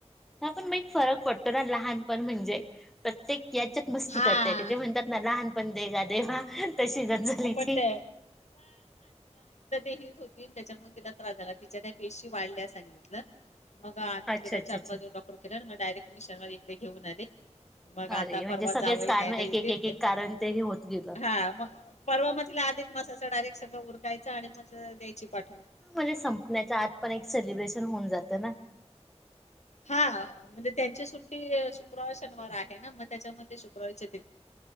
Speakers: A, in the centre; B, on the left.
A: ह पण म फरक पडतो ना लहानपण म्हणजे प्रत्येक याच्या मस्ती
B: हा
A: करतय ते, ते म्हणतात ना लहान पण देगा देवा तशी गत झाली
B: आपण
A: ती.
B: ते ठीक होती त्याच्यामुळे तिला त्रास झाला. तिच्या त्या पेशी वाढल्या सांगितलं. मग आम्ही
A: अच्छा
B: तिला
A: अच्छा
B: चार
A: अच्छा.
B: - पाच दिवस डॉक्टर केले, मग डायरेक्ट मी शर्माजी कडे घेऊन आले. मग
A: अरे
B: आता-
A: म्हणजे
B: परवा
A: सगळेच
B: जावई
A: कारण
B: न्यायला
A: एक
B: येतील.
A: एक एक एक
B: ते
A: कारण ते हे होत गेलं.
B: हा म परवा म तिला अधिक मासाचा डायरेक्ट- सगळं उरकायचं आणि मग दयायची पाठ-
A: ह म्हणजे संपण्याच्या आत पण, एक सेलिब्रेशन होऊन जातं ना.
B: हां म्हणजे त्यांची सुट्टी शुक्रवार- शनिवार आहे, ना म त्याच्यामुळे ते शुक्रवारी च येति-